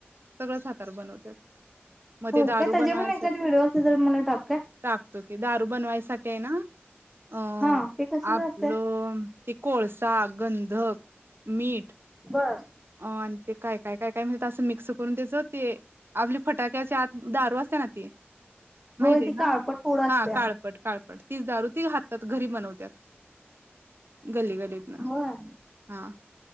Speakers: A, on the right (about 60°); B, in the centre.
A: सगळंच हातावर बनवत्यात. मग
B: होय
A: ते दारू
B: काय त्याचे
A: बनवायसाठी
B: पण एखाद व्हिडिओ असले तर मला टाक काय?
A: टाकतो की दारू बनवायसाठी आहे ना? अ अ
B: हा ते कशाच
A: आपलं
B: असतय?
A: ते कोळसा हा गंधक, मीठ
B: बर
A: अ आणि ते काय, काय, काय, काय म्हणजे ते मिक्स करून त्याच ते आपले फटाक्याचे आत दारू असते ना ती माहितीये
B: होय ती काळपट
A: ना?
B: पूड असत्या.
A: हा काळपट, काळपट तीच दारू ती हातात घरी बनवत्यात. गल्ली-गल्लीतन
B: होय
A: हा